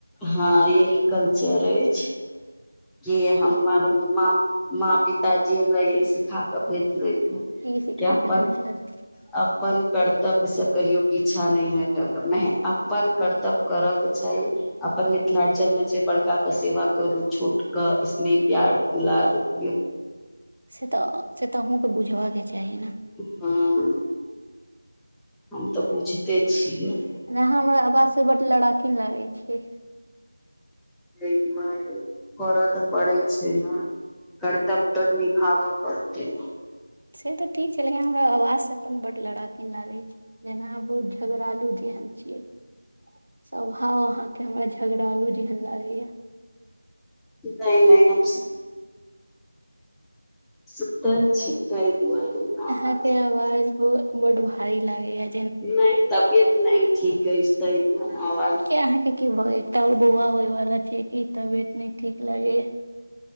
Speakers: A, in the centre; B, on the right.
A: हँ यही कल्चर अछि जि हमर माँ माँ पितााजी हमरा चहि सिखा कऽ भेजले क्य
B: की सिखा के
A: पर
B: भेजलक
A: अपन कर्तव्य से कहियो पीछा नहि हेटऽ कऽ महे अपन कर्तव्य करक चाही अपन मिथिलांचल मे छै बड़का केँ सेवा करू छोट कऽ स्नेह प्यार दुलार दियो
B: से तऽ से तऽ अहूँकेँ बुझबाक चाही नऽ
A: हँ हम तऽ बुझिते छियै
B: नहि हमरा आवाज से बड्ड लड़ाकीन लागै छियै
A: एहि दुआरे करऽ तऽ पड़ै छै नऽ कर्तब्य तऽ निभाबऽ पड़तै नऽ
B: से तऽ ठीक छै लेकिन अहाँ हमरा आवाज से अपन बर लड़ााकीन लागै छै जेना <unintelligible> झगड़ालु जेहन छिये स्वभाव अहाँकेँ हमरा झगड़ालु जेहन लागे यऽ
A: नहि नहि हम सब सुतल छी ताही दुआरे आवाज
B: अहाँकेँ आवाज ब बड भारी लागै य
A: नहि तबियत नहि ठीक अछि तैय दुआरे अवाज
B: किया अहाँकेँ की भऽ गेल एकटा और बौआ होय वाला छै की तबियत नै ठीक लगै य